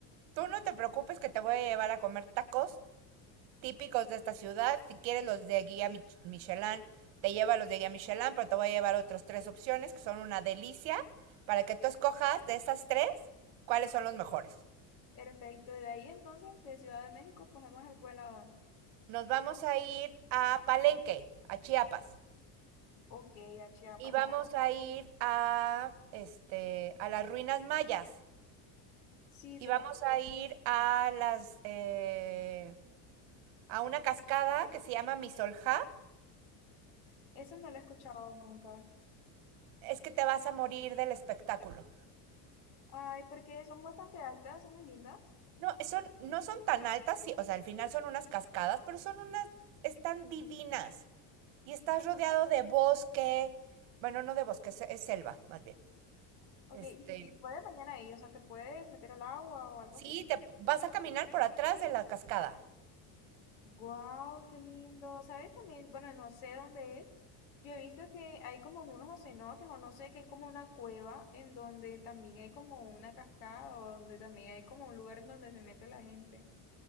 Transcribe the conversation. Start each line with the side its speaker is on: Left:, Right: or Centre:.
Right: tú no te preocupes que te voy a llevar a comer tacos típicos de esta ciudad. Si quieres los de guía Michelin, te lleva los de guía Michelin, pero te voy a llevar otras tres opciones que son una delicia para que tú escojas de esas tres cuáles son los mejores.
Left: Perfecto. De ahí entonces, de Ciudad de México, cogemos el vuelo a dónde?
Right: Nos vamos a ir a Palenque, a Chiapas.
Left: Ok, a Chiapas.
Right: Y vamos
Left: Ah,
Right: a ir a este a las ruinas mayas.
Left: Sí, sería.
Right: y vamos a ir a las eh, a una cascada que se llama Misolja.
Left: Eso no lo he escuchado nunca.
Right: Es que te vas a morir del espectáculo.
Left: Ay, porque son bastante altas, son muy lindas.
Right: No, son, no son tan altas, sí, o sea, al final son unas cascadas, pero son unas, están divinas. Y estás rodeado de bosque, bueno, no de bosque, es, es selva, más bien.
Left: Ok,
Right: Este,
Left: ¿y y puedes mañana ahí? O sea, ¿te puedes meter al agua o algo
Right: sí,
Left: así?
Right: te vas a caminar por atrás de la cascada.
Left: Wow, qué lindo. ¿Sabes también? Bueno, no sé dónde es. Yo he visto que hay como unos cenotes o no sé, que es como una cueva en donde también hay como una cascada o donde también hay como un lugar en donde se mete la gente.